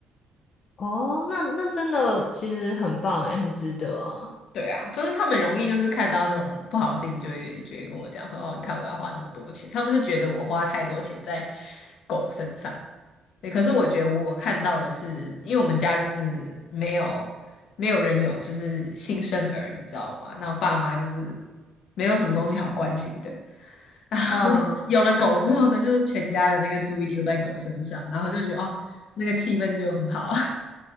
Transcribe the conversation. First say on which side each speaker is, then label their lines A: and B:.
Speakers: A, on the left (about 50°); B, on the left (about 70°).
A: 哦，那那真的其实很棒诶，很值得啊。
B: 对啊，就是他们容易就是看到那种不好的事情，就会就会跟我讲说，哦，你看我要花那么多钱，他们是觉得我花太多钱在狗身上。对，可是我觉得我看到的是，因为我们家就是没有没有人有就是新生儿，你知道吗？然后爸妈就是没有什么东西好关心的。然后
A: 嗯，
B: <laughs> 有了狗之后呢，就是全家的那个注意力都在狗身上，然后就觉得哦，那个气氛就很好。